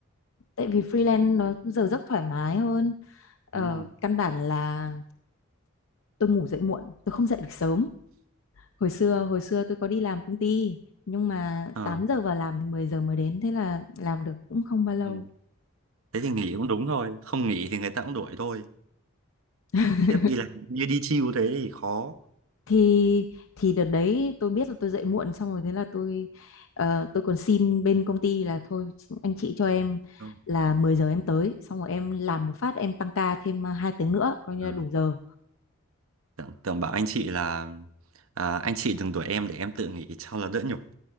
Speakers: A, on the left (about 70°); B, on the right (about 80°).
A: tại vì freelance nó giờ giấc thoải mái hơn ờ,
B: Đúng không?
A: căn bản là tôi ngủ dậy muộn tôi không dậy được sớm hồi xưa hồi xưa tôi có đi làm công ty nhưng mà
B: Ờ.
A: 8 giờ vào làm thì 10 giờ mới đến thế là làm được cũng không bao lâu
B: Ừ. Thế thì nghỉ cũng đúng thôi, không nghỉ thì người ta cũng đuổi thôi.
A: <laughs>
B: Khiếp đi làm như đi chill thế thì khó.
A: thì thì đợt đấy tôi biết là tôi dậy muộn xong rồi thế là tôi ờ, tôi còn xin bên công ty là thôi anh chị cho em
B: Đúng.
A: là 10 giờ em tới xong rồi em làm một phát em tăng ca thêm ờ, 2 tiếng nữa coi như
B: Ờ.
A: là đủ giờ
B: Tưởng, tưởng bảo anh chị là à, anh chị đừng đuổi em để em tự nghỉ cho là đỡ nhục.